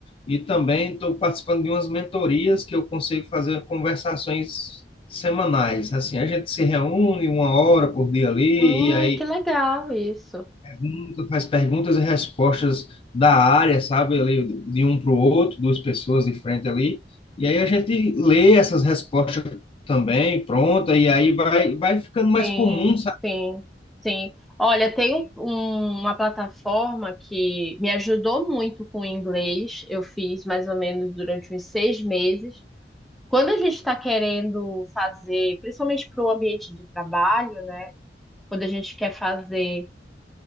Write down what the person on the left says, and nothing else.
e também estou participando de umas mentorias que eu consigo fazer conversações semanais. Assim, a gente se reúne uma hora por dia ali,
e aí
pergunta- faz perguntas e respostas da área, sabe, ali, de um para o outro, duas pessoas de frente ali, e aí a gente lê essas respostas também, pronta, e aí vai, vai ficando mais
comum,